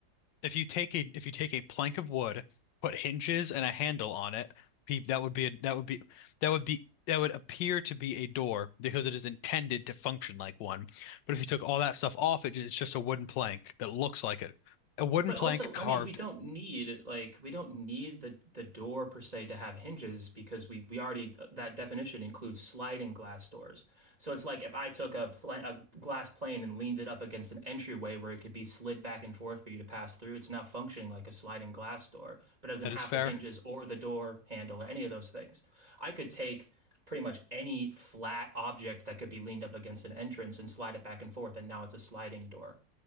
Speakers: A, on the left; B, on the right.
A: if you take a if you take a plank of wood, put hinges and a handle on it, pe- that would be a, that would be that would be that would appear to be a door because it is intended to function like one. But if you took all that stuff off, it, it's just a wooden plank that looks like it. A wooden
B: But
A: plank
B: also,
A: carved.
B: I mean, we don't need like we don't need the the door per se to have hinges because we we already uh, that definition includes sliding glass doors. So it's like if I took a pla a glass plane and leaned it up against an entryway where it could be slid back and forth for you to pass through, it's now functioning like a sliding glass door, but it doesn't
A: That
B: have
A: is fair.
B: the hinges or the door handle or any of those things. I could take pretty much any flat object that could be leaned up against an entrance and slide it back and forth, and now it's a sliding door.